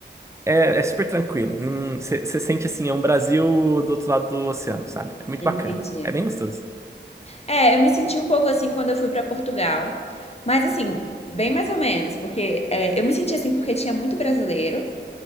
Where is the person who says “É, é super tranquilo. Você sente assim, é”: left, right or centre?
Right